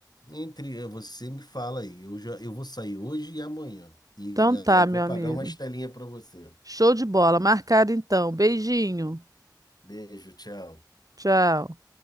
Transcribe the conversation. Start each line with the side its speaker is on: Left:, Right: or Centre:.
Left: Entre eh, você me fala aí, eu já eu vou sair hoje e amanhã e
Right: Então tá,
Left: ah, vou
Right: meu
Left: pagar
Right: amigo.
Left: uma estelinha para você.
Right: Show de bola. Marcado então. Beijinho.
Left: Beijo, tchau.
Right: Tchau.